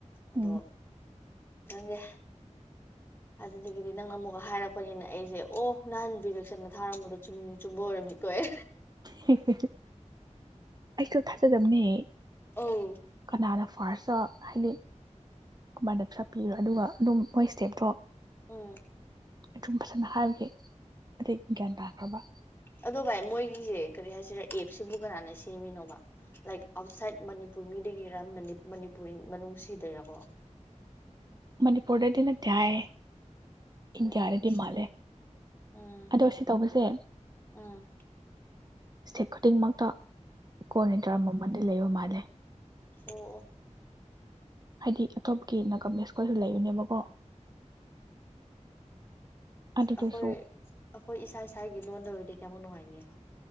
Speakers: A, on the left (about 15°); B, on the right (about 35°).
A: ꯑꯗꯣ
B: ꯎꯝ
A: ꯅꯪꯗꯦ ꯑꯗꯨꯗꯒꯤꯗꯤ ꯅꯪꯅ ꯑꯃꯨꯛ ꯍꯥꯏꯔꯛꯄꯅꯤꯅ ꯑꯩꯁꯦ ꯑꯣ ꯅꯍꯥꯟ ꯕꯤꯚꯦꯛꯁꯟꯅ ꯊꯥꯔꯝꯕꯗꯣ ꯆꯨꯝ ꯆꯨꯝꯕ ꯑꯣꯏꯔꯝꯅꯤꯀꯣ ꯑꯦ
B: ꯍꯦ ꯍꯦ ꯍꯦ ꯍ ꯑꯩꯁꯨ ꯊꯥꯖꯗꯕꯅꯦ
A: ꯑꯧ
B: ꯀꯅꯥꯅ ꯐꯥꯔꯁꯇ ꯍꯥꯏꯗꯤ ꯀꯃꯥꯏꯅ ꯄꯩꯁꯥ ꯄꯤꯔꯣ ꯑꯗꯨꯒ ꯑꯗꯨꯝ ꯃꯣꯏ ꯁ꯭ꯇꯦꯞꯇꯣ
A: ꯎꯝ
B: ꯑꯗꯨꯝ ꯐꯖꯅ ꯍꯥꯏꯕꯒꯤ ꯑꯗꯩ ꯒ꯭ꯌꯥꯟ ꯇꯥꯈ꯭ꯔꯕ
A: ꯑꯗꯣ ꯚꯥꯏ ꯃꯣꯏꯒꯤꯁꯦ ꯀꯔꯤ ꯍꯥꯏꯁꯤꯔꯥ ꯑꯦꯞꯁꯤꯕꯨ ꯀꯅꯥꯅ ꯁꯦꯝꯃꯤꯅꯣꯕ ꯂꯥꯏꯛ ꯑꯥꯎꯠꯁꯥꯏꯠ ꯃꯅꯤꯄꯨꯔ ꯃꯤꯗꯒꯤꯔ ꯃꯅꯤꯞ ꯃꯅꯤꯄꯨꯔꯤ ꯃꯅꯨꯡ ꯁꯤꯗꯩꯏꯔꯥꯀꯣ
B: ꯃꯅꯤꯄꯨꯔꯗꯗꯤ ꯅꯠꯇꯦ ꯍꯥꯏꯌꯦ
A: ꯑꯣ
B: ꯏꯟꯗꯤꯌꯥꯗꯗꯤ ꯃꯥꯜꯂꯦ
A: ꯎꯝ
B: ꯑꯗꯣ ꯁꯤ ꯇꯧꯕꯁꯦ
A: ꯎꯝ
B: ꯁꯇꯦꯠ ꯈꯨꯗꯤꯡꯃꯛꯇ ꯀꯣꯟꯅ ꯇꯔꯝ ꯑꯃꯗꯤ ꯂꯩꯕ ꯃꯥꯜ ꯗꯦ
A: ꯑꯣ ꯑꯣ
B: ꯍꯥꯏꯗꯤ ꯑꯇꯣꯞꯀꯤ ꯅꯥ ꯀꯝꯄꯦꯁ ꯈꫭꯏꯁꯨ ꯂꯩꯕꯅꯦꯕ ꯀꯣ ꯑꯗꯨꯗꯁꯨ
A: ꯑꯈꯣꯏ ꯑꯈꯣꯏ ꯏꯁꯥ ꯏꯁꯥꯒꯤ ꯂꯣꯟꯗ ꯑꯣꯏꯔꯗꯤ ꯀꯌꯥꯃꯨꯛ ꯅꯨꯡꯉꯥꯏꯒꯅꯤ ꯌꯦꯡꯎ